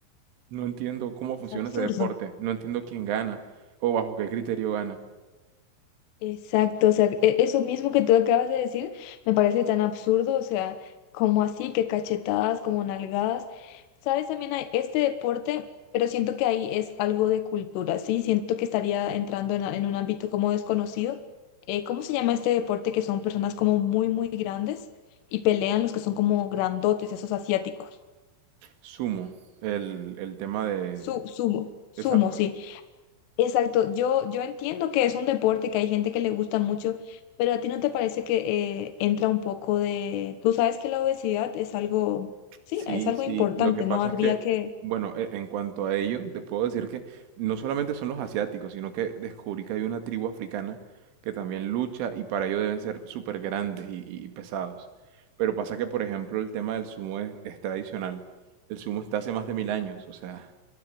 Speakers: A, on the right; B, on the left.
A: no entiendo cómo
B: Es
A: funciona
B: absurdo.
A: ese deporte, no entiendo quién gana o bajo qué criterio gana.
B: Exacto, o sea, e- eso mismo que tú acabas de decir me parece tan absurdo, o sea, como así, que cachetadas, como nalgadas. Sabes, también hay este deporte, pero siento que ahí es algo de cultura, ¿sí? Siento que estaría entrando en, a- en un ámbito como desconocido. Eh, ¿cómo se llama este deporte que son personas como muy, muy grandes y pelean los que son como grandotes, esos asiáticos?
A: Sumo el, el tema de...
B: Su, sumo, sumo,
A: Exacto.
B: sí. Exacto, yo, yo entiendo que es un deporte que hay gente que le gusta mucho, pero a ti no te parece que eh, entra un poco de... Tú sabes que la obesidad es algo, sí,
A: Sí,
B: es algo
A: sí,
B: importante,
A: lo que pasa
B: no habría
A: es que,
B: que...
A: bueno, e- en cuanto a ello, te puedo decir que no solamente son los asiáticos, sino que descubrí que hay una tribu africana que también lucha y para ello deben ser súper grandes y, y- y pesados. Pero pasa que, por ejemplo, el tema del sumo es, es tradicional. El sumo está hace más de mil años, o sea,